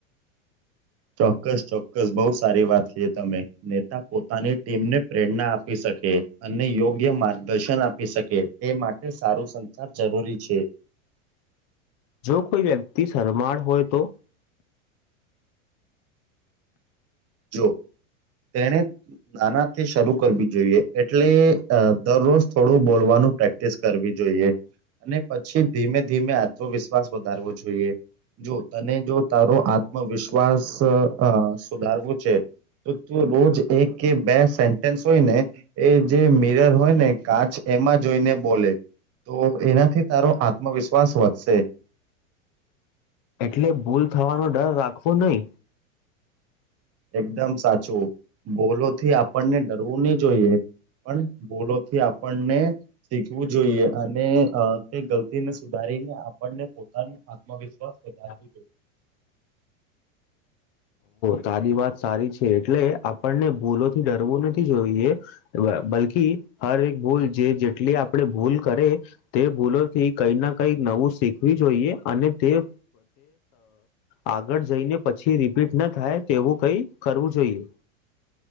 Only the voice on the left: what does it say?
જો કોઈ વ્યક્તિ શરમાળ હોય તો,
એટલે ભૂલ થવાનો ડર રાખવો નહી.
હા.
તારી વાત સારી છે એટલે આપણને ભૂલોથી ડરવું નથી જોઈએ. બલ્કી. હર એક ભૂલ જે જેટલી આપણે ભૂલ કરે તે ભૂલોથી કંઈક ના કંઈક નવું. શીખવી જોઈએ અને તે આગળ જઈને પછી. રીપીટ થાય તેવું કઈ કરવું જોઈએ.